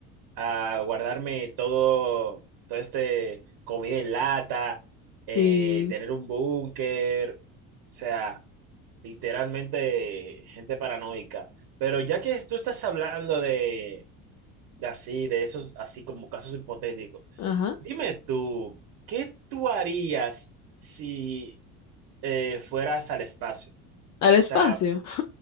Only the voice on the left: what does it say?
Sí,
ajá,
al espacio,